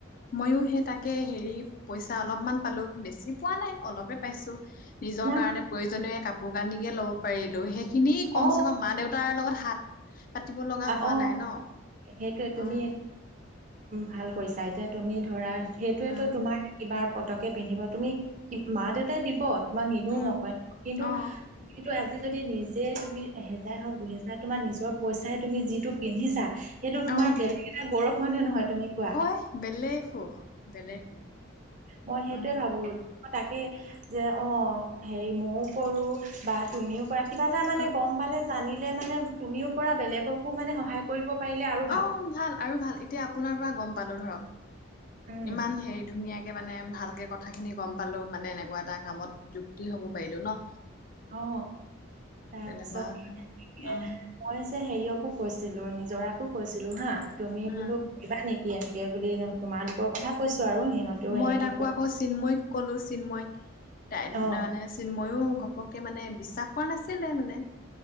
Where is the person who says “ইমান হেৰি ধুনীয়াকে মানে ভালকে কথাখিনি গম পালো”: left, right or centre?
Left